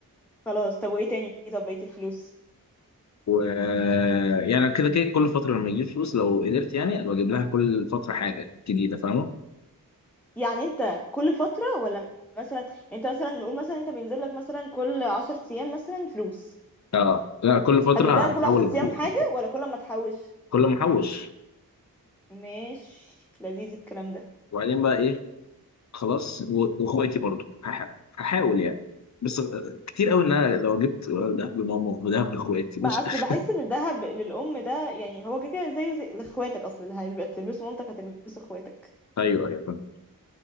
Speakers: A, in the centre; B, on the left.
A: خلاص طب وإيه تاني طب بقية الفلوس
B: و يعني كده كده كل فتره لما يجيب فلوس لو قدرت يعني ابقى اجيب لها كل فتره حاجه جديده فاهمه؟
A: يعني انت كل فترة ولا مثلا يعني انت مثلا نقول مثلا انت بينزل لك مثلا كل عشر ايام مثلا فلوس
B: اه لا كل فتره
A: هتجيب لها كل
B: هحاول
A: عشر ايام
B: أجيب.
A: حاجة ولا كل ما تحوش
B: كل ما احوش
A: ماشي لذيذ الكلام ده
B: وبعدين بقى ايه خلاص و- واخواتي برضو هح- هحاول يعني بس آه، كتير قوي ان انا لو جبت دهب لماما ودهب لاخواتي مش
A: بقى اصل
B: <laughs>
A: بحس ان الذهب للام ده يعني هو كده كده زيه زي لاخواتك اصل اللي هتلبسه مامتك هتلبسه اخواتك
B: ايوه ايوه فاهم